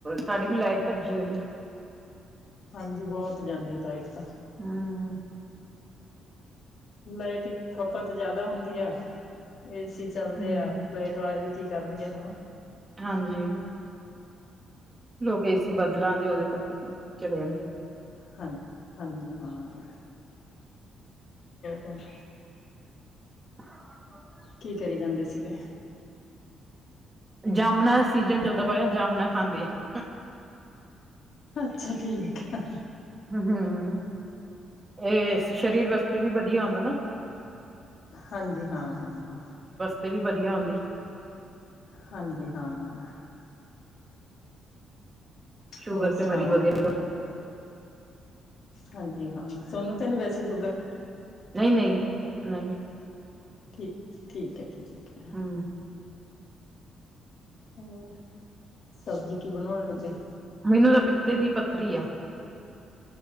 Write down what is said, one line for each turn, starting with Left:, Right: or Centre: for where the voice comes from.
Right: ਸਾਡੇ ਵੀ ਲਾਈਟ ਭੱਜੀ ਹੋਈ ਆ।
Left: ਹਾਂਜੀ ਬਹੁਤ ਜਾਂਦੀ। ਉ ਤਾਈਕ ਤਾਂ।
Right: ਹਾਂ।
Left: ਲਾਈਟ ਦੀ ਖ਼ਪਤ ਜਿਆਦਾ ਹੁੰਦੀ ਆ। ਏ ਸੀ ਚਲਦੇ
Right: ਹੂੰ,
Left: ਆ ਲਾਈਟ। ਵਾਲੇ ਵੀ ਕੀ ਕਰਨਗੇ ਹਨਾ।
Right: ਹਾਂਜੀ। ਲੋਕ ਏ ਸੀ ਬਦਲਾਂਂਗੇ ਉਹਦੇ ਕਰਕੇ ਚਲੇ ਜਾਂਦੇ।
Left: ਹਾਂਜੀ - ਹਾਂਜੀ ਹਾਂ ਹੋਰ।
Right: ਅੱਜ ਦੋਵੇਂ।
Left: ਕੀ ਕਰੀਂ ਜਾਂਦੇ ਸੀਗੇ।
Right: ਜਾਮਨਾਂ ਦਾ ਸੀਜਨ ਚੱਲਦਾ ਪਇਆ। ਜਾਮਨਾਂ ਖਾਂਦੇ ਆਂ।
Left: ਅੱਛਾ ਠੀਕ ਹੈ।
Right: ਹੂੰ, ਇਹ ਸਰੀਰ ਵਾਸਤੇ ਵੀ ਵਧੀਆ ਹੁੰਦਾ ਨਾ।
Left: ਹਾਂਜੀ ਹਾਂ - ਹਾਂ।
Right: ਇੱਥੇ ਵੀ ਵਧੀਆ ਆਉਂਦੀ।
Left: ਹਾਂਜੀ ਹਾਂ।
Right: ਸ਼ੂਗਰ
Left: ਹੋਰ
Right: ਤੇ
Left: ਸੁਣਾਓ?
Right: ਮਰੀਜ਼ ਵਗੈਰਾ ਤੋਂ।
Left: ਹਾਂਜੀ - ਹਾਂ ਸੋਨੂੰ ਤਾਂ ਨਹੀਂ ਵੈਸੇ ਸ਼ੂਗਰ।
Right: ਨਹੀਂ - ਨਹੀਂ ਨਹੀਂ।
Left: ਠੀਕ - ਠੀਕ ਹੈ ਠੀਕ ਹੈ।
Right: ਹੂੰ।
Left: ਹੋਰ। ਸਬਜ਼ੀ ਕੀ ਬਣਾਉਣ ਲੱਗੇ।
Right: ਮੈਨੂੰ ਤਾਂ ਪਿੱਤੇ ਦੀ ਪੱਥਰੀ ਆਂ।